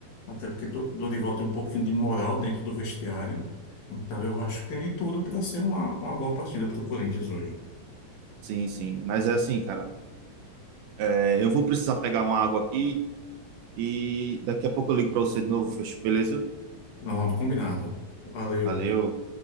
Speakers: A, on the left (about 60°); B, on the right (about 80°).
A: até porque Do- Dorival tem um pouquinho de moral dentro do vestiário. Então, eu acho que tem de tudo para ser uma, uma boa partida para o Corinthians hoje.
B: Sim, sim. Mas é assim, cara, é, eu vou precisar pegar uma água aqui e daqui a pouco eu ligo pra você de novo, Fechou, beleza?
A: Pronto, combinado. Valeu.
B: Valeu.